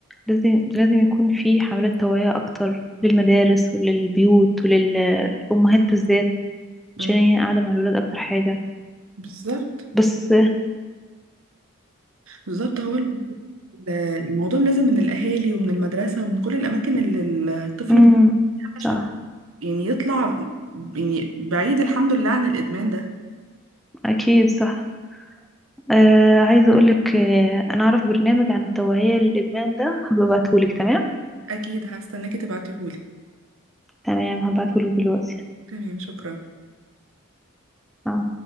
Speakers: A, in the centre; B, on the right (about 75°).
A: لازم لازم يكون في حملات توعية أكتر للمدارس وللبيوت وللأمهات بالذات
B: مم.
A: عشان هي قاعدة مع الولاد أكتر حاجة
B: بالظبط
A: بس
B: بالظبط هو ال- الموضوع لازم من الأهالي ومن المدرسة ومن كل الأماكن اللي الطفل
A: امم
B: بيروحها عشان
A: صح
B: يعني يطلع يعني بعيد الحمد لله عن الإدمان ده
A: أكيد صح آه عايزة أقولك آه أنا أعرف برنامج عن التوعية للإدمان ده هبقى أبعتهولك تمام
B: أكيد هستناكي تبعتيهولي
A: تمام هبعتهولك دلوقتي
B: تمام شكرا
A: عفوا.